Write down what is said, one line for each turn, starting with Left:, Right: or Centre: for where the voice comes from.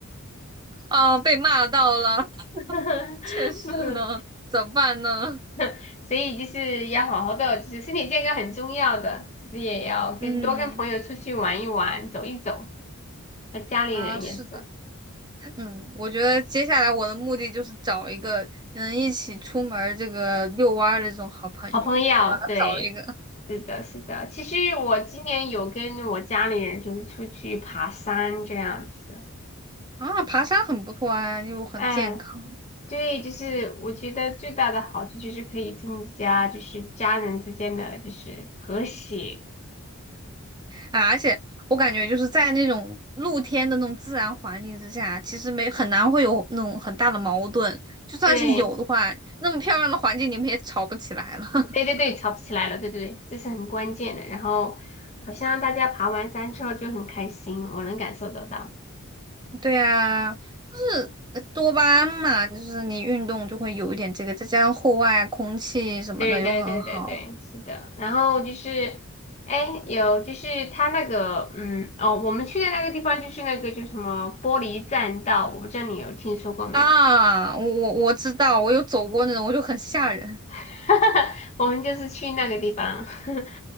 Right: 啊，被骂到了，
Left: <laughs>
Right: <laughs> 确实呢，
Left: 呃
Right: 怎么办呢？
Left: <laughs> 所以就是要好好的，就是身体健康很重要的，其实也要跟多跟朋友出去玩一玩，
Right: 嗯，
Left: 走一走，和家里人也是。
Right: 啊，是的，嗯，我觉得接下来我的目的就是找一个能一起出门儿这个遛弯儿的这种好朋友，
Left: 好朋友，
Right: <laughs> 我要找一个
Left: 对，是的，是的。其实我今年有跟我家里人就是出去爬山这样子，
Right: 啊，爬山很不错啊，又很健康。
Left: 嗯，对，就是我觉得最大的好处就是可以增加就是家人之间的就是和谐，
Right: 啊，而且我感觉就是在那种露天的那种自然环境之下，其实没很难会有那种很大的矛盾。就算是有的话，
Left: 对，
Right: 那么漂亮的环境你们也吵不起来了。<laughs>
Left: 对对对，吵不起来了，对对对，这是很关键的。然后好像大家爬完山之后就很开心，我能感受得到。
Right: 对呀，就是呃多巴胺嘛，就是你运动就会有一点这个，再加上户外空气什么的又很好
Left: 对对对对对，是的。然后就是，哎，有就是他那个，嗯，哦，我们去的那个地方就是那个叫什么玻璃栈道，我不知道你有听说过没有？
Right: 啊。我我我知道，我有走过那种，我就很吓人。
Left: <laughs> 我们就是去那个地方，<laughs>